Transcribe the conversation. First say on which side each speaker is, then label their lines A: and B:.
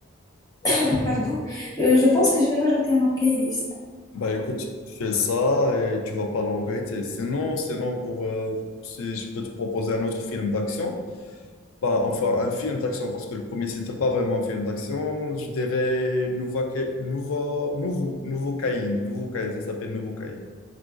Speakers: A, on the left (about 15°); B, on the left (about 75°).
A: <laughs> Pardon, Euh, je pense que je vais l'ajouter à ma playlist.
B: Bah écoute, fais ça et tu vas pas le regretter. Sinon, sinon pour euh, si je peux te proposer un autre film d'action, bah enfin un film d'action parce que le premier c'était pas vraiment un film d'action, je dirais Nouveau Nouveau Nouveau Nouveau Caïn, Nouveau Caïn, ça s'appelle Nouveau Caïn.